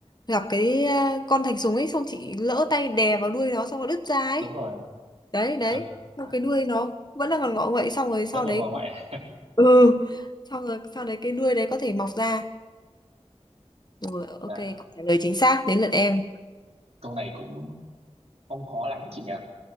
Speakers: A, on the left; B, on the right.
A: gặp cái à, con thạch sùng ấy xong chị lỡ tay đè vào đuôi nó xong nó đứt ra ấy.
B: đúng rồi,
A: Đấy đấy,
B: <laughs>
A: xong cái đuôi nó vẫn là còn ngọ nguậy xong rồi sau
B: vẫn còn
A: đấy
B: bà ngoại. <laughs>
A: ừ, xong rồi sau đấy cái đuôi đấy có thể mọc ra. Rồi ok,
B: Dạ,
A: câu trả lời chính xác đến lượt em.
B: câu này cũng không khó lắm chị nhỉ?